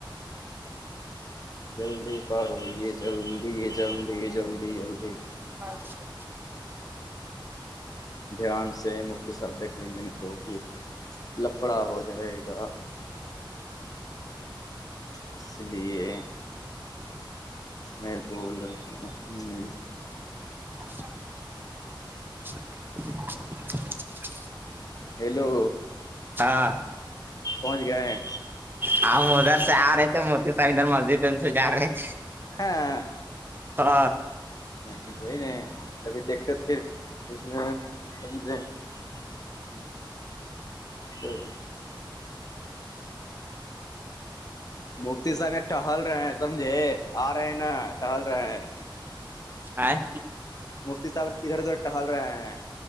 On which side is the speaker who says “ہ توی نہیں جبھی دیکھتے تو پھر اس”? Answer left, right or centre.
Left